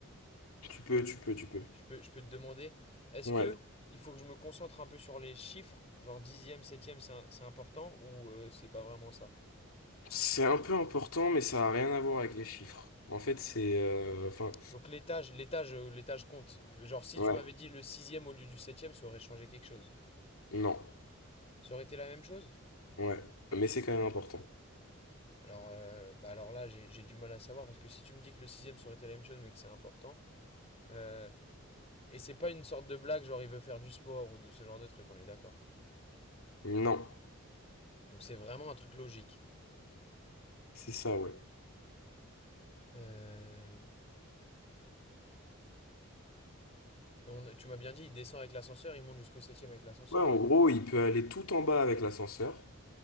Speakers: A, on the left; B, on the left.
A: tu peux, tu peux, tu peux.
B: je peux, je peux te demander, est-ce
A: Ouais.
B: que il faut que je me concentre un peu sur les chiffres, genre dixième, septième, c'est un- c'est important ou euh, c'est pas vraiment ça
A: C'est un peu important, mais ça n'a rien à voir avec les chiffres. En fait, c'est... euh, Enfin,
B: Donc l'étage, l'étage, euh, l'étage compte. Genre si
A: ouais.
B: tu m'avais dit le sixième au lieu du septième, ça aurait changé quelque chose.
A: Non.
B: Ça aurait été la même chose?
A: Ouais. Mais c'est quand même important.
B: Alors, euh, bah alors là, j'ai j'ai du mal à savoir parce que si tu me dis que le sixième ça aurait été la même chose, mais que c'est important, euh, et c'est pas une sorte de blague, genre il veut faire du sport ou de ce genre de truc, on est d'accord.
A: Non.
B: Donc c'est vraiment un truc logique.
A: C'est ça, ouais.
B: Euh, et on, tu m'as bien dit, il descend avec l'ascenseur, il monte jusqu'au septième avec l'ascenseur.
A: Ouais, en gros, il peut aller tout en bas avec l'ascenseur,